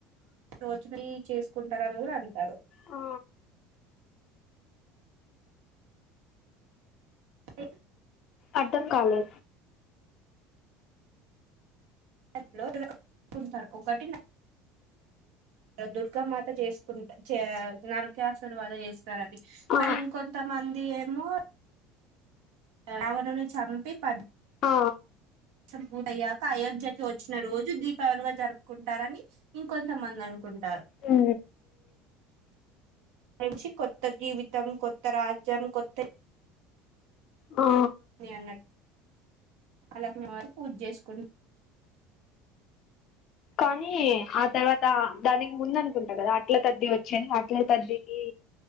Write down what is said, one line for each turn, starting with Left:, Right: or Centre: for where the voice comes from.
Right: రోచుని చేసుకుంటారు ఆ రోలు యాడ బెడుతాడు
Left: ఆ
Right: ఏ
Left: అర్ధం కాలే
Right: <unintelligible> ఒకటిన్ ఆ యె దుర్గామాత జేస్ <unintelligible> చ్య నరక్యాసుడి వల్ల ఏస్తార్ అది
Left: ఆ
Right: కానీ ఇంకొంతమంద్ ది ఏమో రావణని చంపి పద్
Left: ఆ
Right: పన్ పూర్ అయ్యాక అయోధ్యకి ఒచ్చిన రోజు దీపావళిగా జరుపుకుంటారని ఇంకొంతమంది అనుకున్
Left: ఊ
Right: రేప్ నించి కొత్త జీవితం కొత్త రాజ్యం కొత్త ఇ
Left: ఆ
Right: మీఅన్న లక్ష్మారి పూజ జేసుకు
Left: కానీ ఆ తర్వాత దానికి ముంద అనుకుంటా గదా అట్ల తద్ది వచ్చేది అట్ల తదికి